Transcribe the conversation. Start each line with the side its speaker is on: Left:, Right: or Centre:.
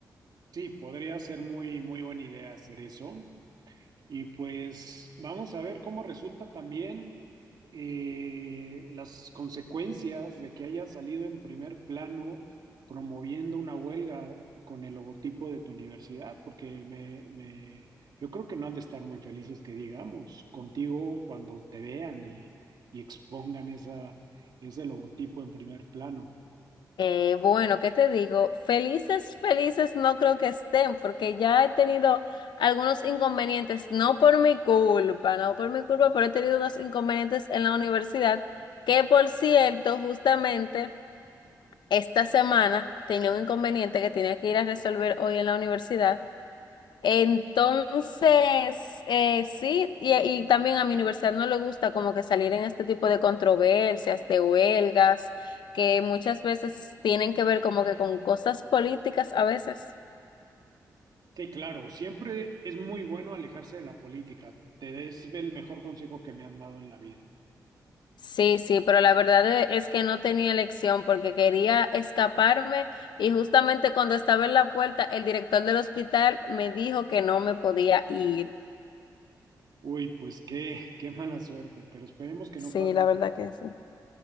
Right: Sí, podría ser muy, muy buena idea hacer eso. Y pues vamos a ver cómo resulta también eh, las consecuencias de que haya salido en primer plano promoviendo una huelga con el logotipo de tu universidad, porque me, me- yo creo que no han de estar muy felices que digamos contigo cuando te vean y, y expongan esa, ese logotipo en primer plano.
Left: Eh, bueno, ¿qué te digo? Felices, felices no creo que estén, porque ya he tenido algunos inconvenientes, no por mi culpa, no por mi culpa, pero he tenido unos inconvenientes en la universidad, que por cierto, justamente esta semana tenía un inconveniente que tenía que ir a resolver hoy en la universidad. Entonces, eh, sí, y, y también a mi universidad no le gusta como que salir en este tipo de controversias, de huelgas, que muchas veces tienen que ver como que con cosas políticas a veces.
Right: Sí, claro, siempre es muy bueno alejarse de la política. Te es el mejor consejo que me han dado en la vida.
Left: Sí, sí, pero la verdad e- es que no tenía elección porque quería escaparme y justamente cuando estaba en la puerta, el director del hospital me dijo que no me podía ir.
Right: Uy, pues qué, qué mala suerte, pero esperemos que
Left: Sí,
Right: no pase.
Left: la verdad que sí.